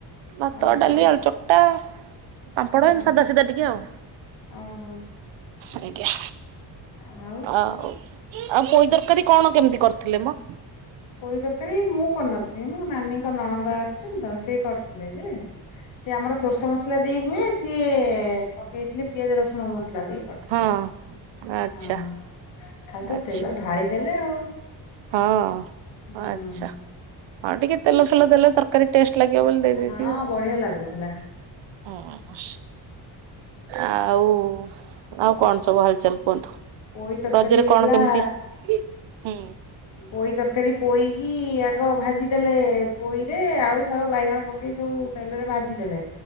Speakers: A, on the right; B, on the left.
A: ଭାତ,
B: ଓହୋ
A: ଡାଲି, ଆଳୁ ଚକଟା। ପାମ୍ପଡ
B: ଓହୋ
A: ଏମତୀ ସାଧା ସିଧା ଟିକେ ଆଉ
B: ଓହୋ
A: ଆଜ୍ଞା।
B: ଆଉ
A: ଆଉ ଆଉ ପୋଇ ତରକାରୀ କଣ କେମିତି କରିଥିଲେ ମ?
B: ପୋଇ ତରକାରୀ ମୁଁ କରି ନଥିଲି ମୋ ନାନୀଙ୍କ ନଣନ୍ଦ ଆସ୍ ତ ସେଇ କରିଥିଲେ ଯେ ସିଏ ଆମର ସୋର୍ଷ ମସଲା ଦେଇ ହୁଏ ସିଏ। ଦେଇଥିଲେ ପିଆଜ, ରସୁଣ ମସଲା। କରିଥିଲେ
A: ହଁ ଆଚ୍ଛା
B: ହଁ ଖାଲି ତ
A: ଆଚ୍ଛା
B: ତେଲ ଢାଳି ଦେଲେ ଆଉ।
A: ହଁ
B: ହୁଁ।
A: ଆଚ୍ଛା ଆଉ ଟିକେ ତେଲ ଫେଲ ଦେଲେ ତର ଟେଷ୍ଟ ଲାଗିବ ବୋଲି ଦେଇ ଦେଇଥିବେ
B: ହଁ
A: ଆଉ।
B: ବଢିଆ ଲାଗୁଥିଲା
A: ହଁ ଆଉ ଆଉ କଣ ସବୁ ହାଲଚାଲ କୁହନ୍ତୁ?
B: ପୋଇ ତରକାରୀ
A: ରଜରେ
B: ହେଇଥିଲା।
A: କଣ କେମିତି ହୁଁ
B: ପୋଇ ତରକାରୀ ପୋଇକି ଆଗ ଭାଜିଦେଲେ ପୋଇରେ ଆଳୁ, ସାରୁ, ବାଇଗଣ ପକେଇକି ସବୁ। ତେଲରେ ଭାଜି ଦେଲେ